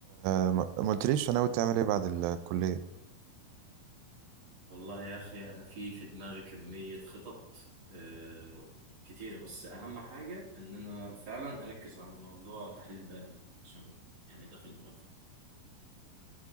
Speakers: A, on the right (about 80°); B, on the right (about 45°).
A: آه، ما ما قلتليش ناوي تعمل ايه بعد الكلية
B: والله يا أخي أنا في في دماغي كمية خطط آه كتيرة بس أهم حاجة إن أنا فعلا أركز على موضوع تحليل البيانات عشان يعني داخل دماغي